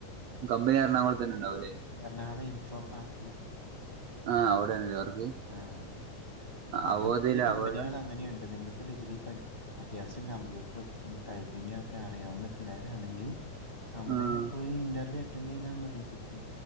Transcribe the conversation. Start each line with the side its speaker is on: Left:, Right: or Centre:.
Right: കമ്പനി എറണാംകുളത്തന്നെ ണ്ടാവും ല്ലേ?
Left: എറണാകുളം ഇൻഫോ പാർക്കില്..
Right: ആഹ്, അവിടെണല്ലേ? വർക്ക്.
Left: ആഹ്, അവിടെ
Right: അവോധയില
Left: ഒത്തിരി കമ്പനികൾ
Right: അവോധ
Left: അങ്ങനെയുണ്ട്. നിങ്ങൾ ഒക്കെ ഡിഗ്രിപടി അത്യാവശ്യം കമ്പ്യൂട്ടർ ടൈപ്പിങ്ങക്കെ അറിയാവുന്ന പിള്ളേരാണെങ്കി. അവിടെ
Right: ആഹ്
Left: പോയി ഇന്റർവ്യൂ അറ്റൻഡ്യ്താൽ മതി. കിട്ടും.